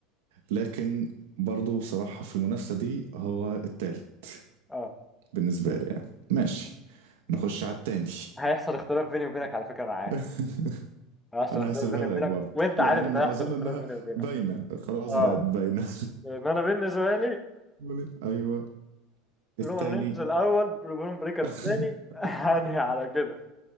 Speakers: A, on the right (about 85°); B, in the centre.
A: لكن برضه بصراحة في المنافسة دي هو التالت
B: اه
A: بالنسبة لي يعني ماشي نخش على التاني
B: هيحصل اختلاف بيني وبينك على فكرة انا عارف
A: <laughs>
B: هيحصل
A: انا
B: اختلاف
A: هسيبها
B: بيني وبينك
A: لك برضه
B: وانت
A: لان
B: عارف ان هيحصل
A: اظن
B: اختلاف
A: انها
B: بيني وبينك
A: باينه خلاص
B: اه
A: بقت باينه
B: ان انا بالنسبة لي
A: <laughs> ايوه التاني
B: رومان رينز الاول برون بريكر
A: <laughs>
B: الثاني <laughs> هاني على كده